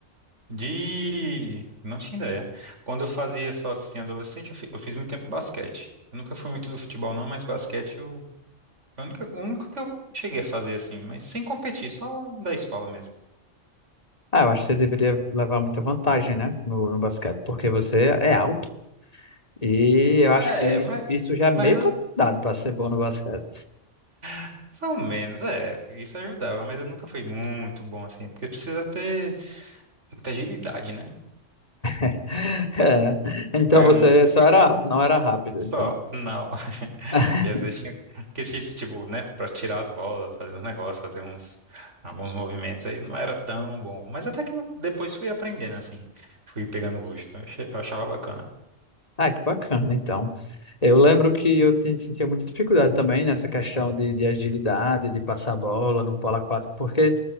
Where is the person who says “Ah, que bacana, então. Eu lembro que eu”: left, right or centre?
Left